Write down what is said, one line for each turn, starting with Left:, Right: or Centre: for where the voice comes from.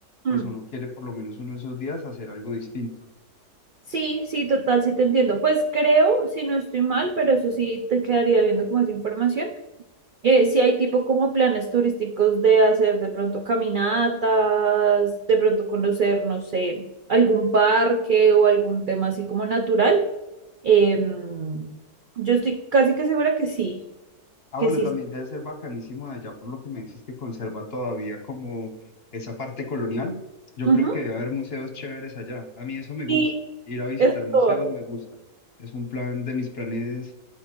Right: mm.
Left: pues uno quiere por lo menos uno de esos días hacer algo distinto.
Right: Sí, sí, total, sí te entiendo. Pues creo, si no estoy mal, pero eso sí te quedaría viendo como esa información. Eh, si hay tipo como planes turísticos de hacer de pronto caminatas, de pronto conocer, no sé, algún parque o algún tema así como natural. Em, yo estoy casi que segura que sí,
Left: Ah,
Right: que
Left: bueno,
Right: sí.
Left: también debe ser bacanísimo de allá por lo que me dices que conserva todavía como esa parte colonial. Yo
Right: Ujú.
Left: creo que debe haber museos chéveres allá. A mí eso me gusta.
Right: Y
Left: Ir a visitar
Right: es
Left: museos
Right: todo.
Left: me gusta. Es un plan de mis planes